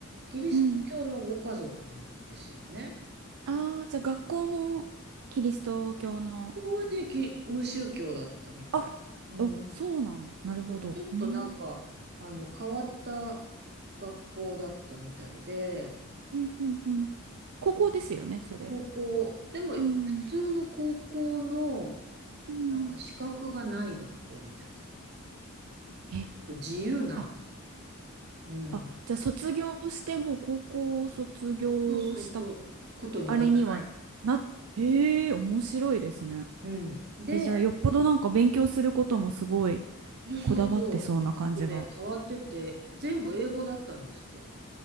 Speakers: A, on the right (about 50°); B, on the right (about 85°).
A: キリスト教のご家族なんですよね。
B: うん。ああ、じゃあ学校もキリスト教の
A: ここはね、き無宗教だったみたい。
B: あ、
A: うん
B: あ、そうなんだ。なるほど。
A: ちょっとなんか、
B: うん。
A: あの、変わった学校だったみたいで、
B: うん、うん、うん。高校ですよね、
A: その高校、
B: それ。
A: でも普通の高校の、
B: うん。うん。
A: なんか資格がない学校みたいな、ちょ
B: え、
A: っと自由な、
B: あ、
A: うん、
B: あ、じゃあ卒業してもう高校を卒業した
A: そうそうそう、ことにならない。
B: あれにはな、へえ、面白いですね。
A: うん。で、
B: え、じゃあよっぽどなんか勉強することもすごい
A: いやそうそう、
B: こだわってそうな感じが。
A: ちょっとね、変わってて、全部英語だったんですって、